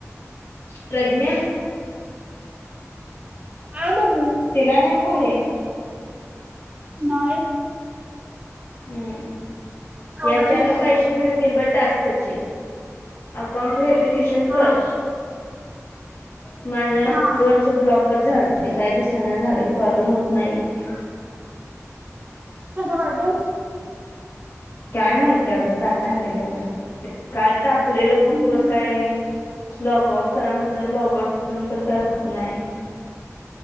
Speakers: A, on the left (about 45°); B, on the right (about 25°).
A: प्रज्ञा
B: आमं
A: तिला नाय पोहे
B: नाही
A: हम्म
B: आवडत
A: याचे
B: नाहीत
A: आता
B: तिला
A: पैशे मिळतील बट टास्क चे अकाउंट व्हेरीकेशन
B: हा
A: कर माझ्या ना
B: हा
A: <inaudible> वरचा ब्लॉकच झालय काय दिस चना झाले कॉल होत नाहीयेत.
B: कसं वाटेल?
A: काय माहिती अगं काय झाले त्याला काल टाकलेलं
B: हम्म,
A: ग्रुप वर काय लॉगआउट करा म्हणतात, लॉगआउट करून पण काय होत नाही.